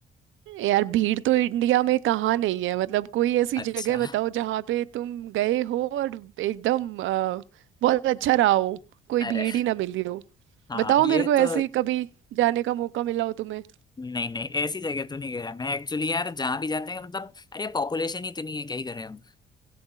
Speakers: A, on the right; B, on the left.
A: यार भीड़ तो इंडिया में कहाँ नहीं है मतलब कोई ऐसी
B: अच्छा
A: जगह बताओ जहाँ पे तुम गए हो और एकदम अ, बहुत अच्छा रहा हो कोई
B: अरे
A: भीड़ ही ना मिली हो
B: हाँ
A: बताओ
B: ये
A: मेरे को ऐसे
B: तो
A: ही कभी जाने का मौका मिला हो तुम्हें
B: नहीं नहीं ऐसी जगह तो नहीं गया मैं एक्चुअली यार जहाँ भी जाते हैं मतलब अरे पॉपुलेशन ही इतनी है क्या ही करें हम